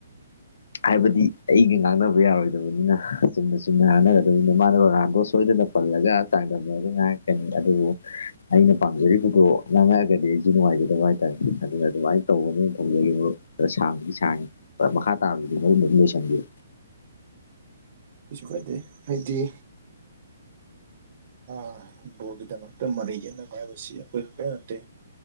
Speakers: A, on the left; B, on the right.
A: ꯍꯥꯏꯕꯗꯤ ꯑꯩꯒ ꯉꯥꯡꯅꯕ ꯌꯥꯔꯣꯏꯗꯕꯅꯤꯅ ꯆꯨꯝꯅ ꯆꯨꯝꯅꯥꯟꯅꯒꯗꯕꯗꯨꯅꯤ ꯃꯥꯅ ꯔꯣꯅꯥꯟꯗꯣ ꯁꯣꯏꯗꯅ ꯄꯜꯂꯒ ꯆꯥꯡꯗꯝꯅꯕꯒ ꯉꯥꯡꯀꯅꯤ ꯑꯗꯨꯕꯨ ꯑꯩꯅ ꯄꯥꯝꯖꯔꯤꯕꯗꯣ ꯉꯥꯡꯉꯛꯑꯒꯗꯤ ꯑꯩꯁꯨ ꯅꯨꯡꯉꯥꯏꯖꯗꯕ ꯍꯥꯏꯇꯥꯔꯦꯅꯦ ꯑꯗꯨꯅ ꯑꯗꯨꯃꯥꯏꯅ ꯇꯧꯕꯅꯤ ꯊꯝꯖꯒꯦ ꯃꯔꯨꯞ ꯈꯔ ꯁꯥꯡꯕꯨꯗꯤ ꯁꯥꯡꯉꯦ ꯈꯔ ꯃꯈꯥ ꯇꯥꯕꯗꯨ ꯃꯔꯨꯞꯅ ꯑꯗꯨꯝ ꯂꯣꯏꯁꯤꯟꯕꯤꯌꯨ
B: ꯀꯩꯁꯨ ꯀꯥꯏꯗꯦ ꯍꯥꯏꯗꯤ ꯑ ꯕꯣꯜꯒꯤꯗꯃꯛꯇ ꯃꯔꯩ ꯌꯦꯠꯅꯕ ꯍꯥꯢꯕꯁꯤ ꯑꯈꯣꯏ ꯈꯛꯇ ꯅꯠꯇꯦ